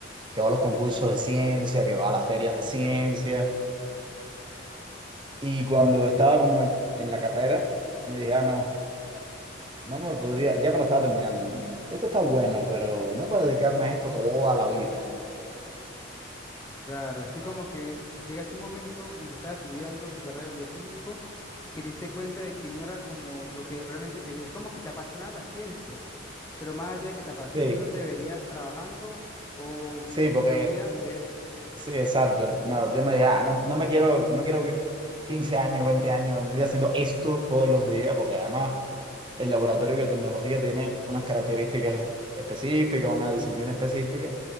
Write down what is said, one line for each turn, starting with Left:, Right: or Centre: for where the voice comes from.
Right: que va a los concursos de ciencia, que va a las ferias de ciencia. Y cuando estaba como en, en la carrera, me dije, ah, no, no me podría, ya cuando estaba terminando, ¿no? Esto está bueno, pero no para dedicarme a esto toda la vida.
Left: Claro, así como que llega tu momento, mientras estaba estudiando su carrera de bioquímico, que te diste cuenta de que no era como lo que realmente querías, como que te apasionaban las ciencias, pero más allá de que te apasionen,
Right: Sí,
Left: no te verías trabajando o viviendo
Right: sí, porque
Left: tu vida de eso.
Right: Sí, exacto. No, yo me dije, ah, no, no me quiero, no quiero vivir 15 años, 20 años, me voy haciendo esto todos los días, porque además el laboratorio de biotecnología tiene unas características específicas, una disciplina específica.